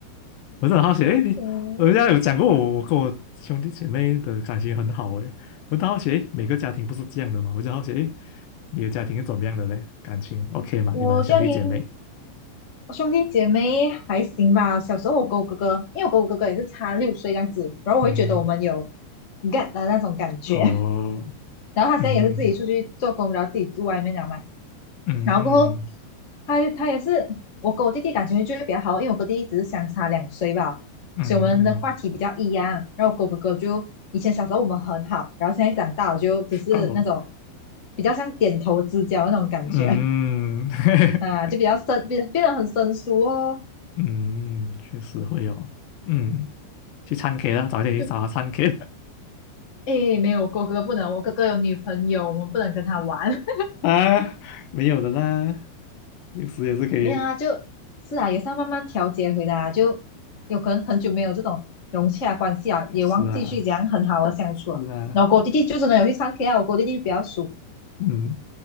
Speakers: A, on the left; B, on the left.
A: 我是很好奇，诶，你人家有讲过我，
B: 嗯，
A: 我跟我兄弟姐妹的感情很好诶，我就好奇，诶，每个家庭不是这样的嘛？我就好奇，诶，你的家庭是怎么样的嘞？感情 OK 嘛？
B: 我家庭
A: 你们兄弟姐妹？
B: 我兄弟姐妹还行吧。小时候我跟我哥哥，因为我跟我哥哥也是差六岁这样子，然后我会觉得我们有
A: 嗯，
B: g e t 的那种感觉。
A: 哦，
B: 然后他现在也是自己出去做工，
A: 嗯
B: 然后自己住外面了嘛。
A: 嗯。
B: 然后过后，他他也是我跟我弟弟感情就会比较好，因为我跟弟弟只是相差两岁吧，
A: 嗯，
B: 所以我们的话题比较一样。然后我跟我哥哥就以前小时候我们很好，然后现在长大我就只是那种
A: 哦，
B: 比较像点头之交那种感觉
A: 嗯，<laughs>
B: 啊，就比较生变变得很生疏哦。
A: 嗯，确实会有，嗯，去唱 K 啦，早点去找他唱
B: 就
A: K
B: 诶，没有我哥哥不能，我哥哥有女朋友，我们不能跟他玩。
A: <laughs> 啊，没有的啦，有时也是可以，
B: 没有啊，就是啊，也是要慢慢调节回来啊，就有可能很久没有这种融洽关系啊，也忘记去讲很好的相处啊。
A: 是啊，是啊，
B: 然后跟我弟弟就真的有去唱 K 啊，我跟我弟弟比较熟，
A: 嗯，